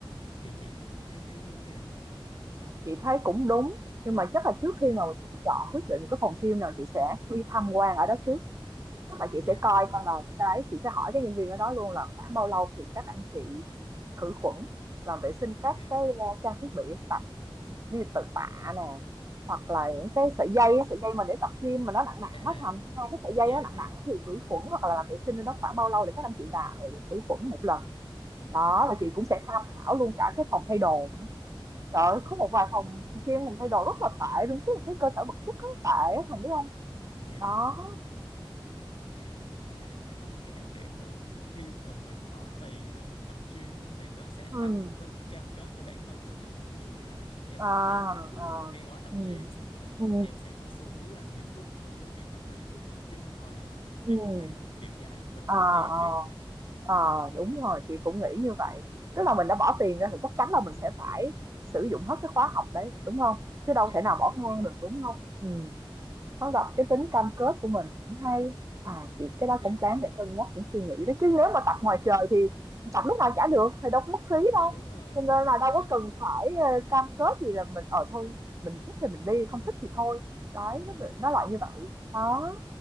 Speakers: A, on the left; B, on the right.
A: thì chị thấy thấy thấy như thế nào
B: chị thấy cũng đúng, nhưng mà chắc là trước
A: dạ
B: khi mà chị chọn quyết định một cái phòng gym nào chị sẽ đi tham quan ở đó trước. Tức là chị
A: dạ
B: sẽ coi
A: đúng rồi
B: coi là cái chị sẽ hỏi cái nhân viên ở đó luôn là khoảng bao lâu thì các anh chị khử khuẩn làm vệ sinh các
A: dạ
B: cái, a, trang thiết bị tập. đi tự tạ
A: à
B: nè hoặc là những cái sợi dây á, sợi dây mà để tập gym mà nó nặng nặng
A: à
B: á thành hai cái sợi dây
A: dạ
B: nó nặng
A: dạ
B: nặng thì khử khuẩn hoặc là làm vệ sinh nó khoảng bao lâu để các anh chị là ừ, khử khuẩn một lần đó
A: dạ
B: và chị cũng sẽ tham khảo luôn cả cái phòng thay đồ nữa trời ơi,
A: Ồ,
B: có một vài phòng riêng phòng thay đồ rất là tệ luôn chứ là cái cơ sở vật chất rất tệ á, thành biết không
A: dạ.
B: đó
A: À, với lại em thấy có một cái đặc điểm nữa. Khi mà mình bỏ tiền ra mình tập gym á, thì nó sẽ
B: ừ
A: tăng tính cam kết cho bản thân mình nhiều hơn. Ví dụ như là em
B: à,
A: bỏ tiền ra em mua
B: à.
A: một cái gói tập
B: ừ
A: gym xong rồi
B: ừ
A: em sẽ có xu hướng là nghiêm túc hơn với việc tập luyện của mình. Chứ không thôi là mình
B: ừ
A: bị mất tiền, kiểu vậy. Mình uổng
B: à,
A: tiền
B: à.
A: chứ.
B: Ờ, đúng rồi, chị cũng nghĩ như vậy. Tức là mình đã bỏ tiền ra thì chắc chắn là mình sẽ phải sử dụng hết cái khóa học đấy, đúng không? Chứ đâu
A: Dạ,
B: thể nào
A: dạ
B: bỏ
A: đúng
B: ngang
A: rồi.
B: được, đúng không? Ừ. Nó gặp cái tính cam kết của mình cũng hay. À, chị cái đó
A: Dạ,
B: cũng đáng để cân nhắc, cũng suy nghĩ đấy. Chứ nếu mà tập ngoài trời thì tập lúc nào chả được, thì đâu có mất phí
A: dạ
B: đâu.
A: đúng rồi.
B: Cho nên là đâu
A: Dạ,
B: có cần phải ờ, cam kết gì là mình ở thôi, mình thích thì mình đi, không thích thì thôi. Đấy, nó,
A: dạ.
B: nó loại như vậy. Đó,